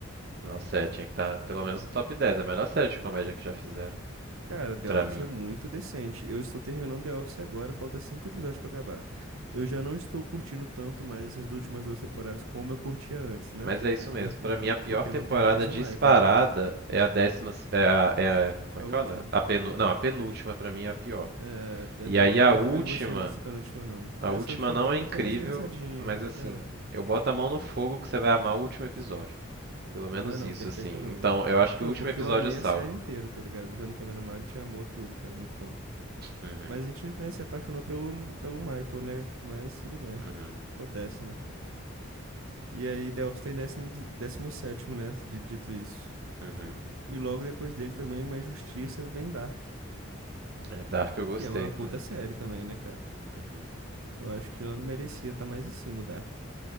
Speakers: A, on the right; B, on the right.
A: Nossa, é, tinha que estar pelo menos no top dez, É a melhor série de comédia que já fizeram,
B: Cara, The
A: pra
B: Office
A: mim.
B: é muito decente. Eu estou terminando The Office agora, falta cinco episódios pra acabar. Eu já não estou curtindo tanto mais essas últimas duas temporadas como eu curtia antes, né?
A: Mas é isso mesmo.
B: Por quê?
A: Pra mim, a pior
B: Porque
A: temporada
B: não tem mais
A: disparada
B: o Michael, né?
A: é a décima. É a, é a- como
B: A
A: é que
B: última.
A: fala? A penu, não, a penúltima pra mim é a pior.
B: É, é
A: E
B: be-
A: aí a
B: eu
A: última.
B: também não gostei muito dessa penúltima, não.
A: A
B: Essa
A: última
B: última
A: não
B: agora
A: é
B: tá
A: incrível,
B: até mais engraçadinha.
A: mas assim,
B: É.
A: eu boto a mão no fogo que você vai amar o último episódio. Pelo menos
B: Ah, não,
A: isso,
B: perfeitamente.
A: assim. Então, eu acho que
B: Não,
A: o último
B: porque
A: episódio
B: eu amei
A: salva.
B: a série inteira, tá ligado? Vendo que a minha namorada te amou tudo, cara, é muito bom.
A: Uhum,
B: Mas a gente, né, se apaixonou pelo, pelo Michael, né? Mas tudo bem,
A: uhum,
B: acontece, né? E aí Delphi está em décimo, décimo sétimo, né? di- Dito isso.
A: uhum.
B: E logo depois dele também uma injustiça vem Dark,
A: É Dark eu gostei
B: que é uma puta
A: também.
B: série também, né, cara?
A: Uhum.
B: Eu acho que ela não merecia estar mais em cima, o Dark.